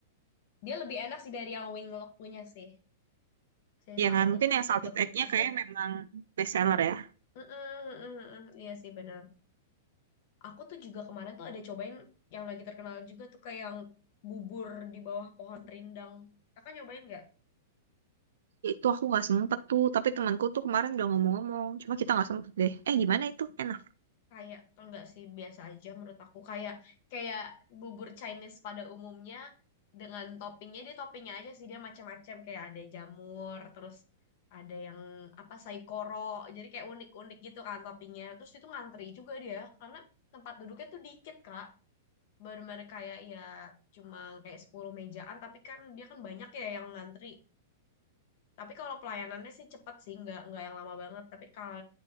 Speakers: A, on the left; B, on the right.
A: dia lebih enak sih dari yang winglock punya sih si
B: ya
A: salted
B: kan mungkin
A: egg
B: yang
A: salted
B: salted egg-nya
A: egg itu
B: kayak memang best seller ya
A: Heeh, heeh, heeh. iya sih benar Aku tuh juga kemarin tuh ada cobain yang lagi terkenal juga tuh kayak yang bubur di bawah pohon rindang. Kakak nyobain nggak?
B: itu aku nggak sempet tuh tapi temanku tuh kemarin udah ngomong-ngomong cuma kita nggak sempet deh eh gimana itu enak
A: Kayak enggak sih biasa aja menurut aku kayak kayak bubur Chinese pada umumnya dengan toppingnya dia toppingnya aja sih dia macam-macam kayak ada jamur terus ada yang apa saikoro jadi kayak unik-unik gitu kan toppingnya terus itu ngantri juga dia karena tempat duduknya tuh dikit Kak baru-baru kayak ya cuma kayak 10 mejaan tapi kan dia kan banyak ya yang ngantri Tapi kalau pelayanannya sih cepet sih, nggak nggak yang lama banget. Tapi kalau